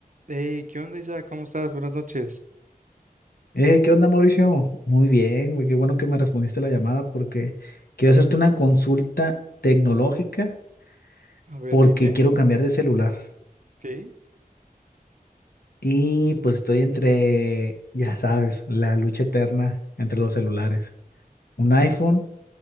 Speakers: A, on the right; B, on the left.
A: Hey, ¿qué onda, Isa? ¿Cómo estás? Buenas noches.
B: Eh, ¿qué onda, Mauricio? Muy bien, güey, qué bueno que me respondiste la llamada porque quiero hacerte una consulta tecnológica
A: A ver,
B: porque
A: dime.
B: quiero cambiar de celular.
A: Ok.
B: Y pues estoy entre, ya sabes, la lucha eterna entre los celulares, un iPhone